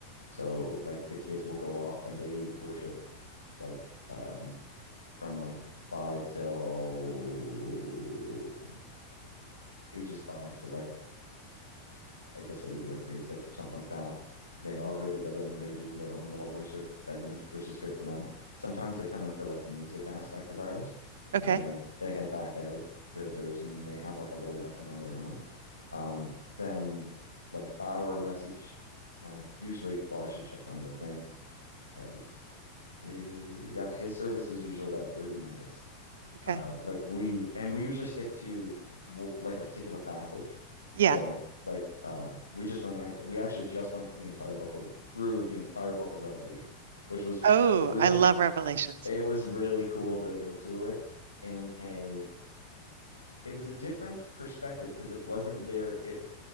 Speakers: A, on the left; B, on the right.
A: So like the kids will go off and they worship like um from like five till I don't know, ages five to like I guess they would be like grade six or something like that. They all go together and they do their own little worship segment, which is good for them. Sometimes they come in for like the music aspect of ours,
B: Okay.
A: and then they head back out to theirs and they have like a little lesson on their own. Um, then like our message, uh, usually, well, I should check on the thing because uh, yeah, his service is usually about 30 minutes
B: Okay.
A: uh like we and we usually stick to w like a particular passage
B: Yeah.
A: so like uh we just went ac- we actually just went the entire book of, through the entire book of Revelation which was
B: Oh,
A: pretty
B: I love Revelations.
A: it was really cool to go through it in a it was a different perspective because it wasn't very it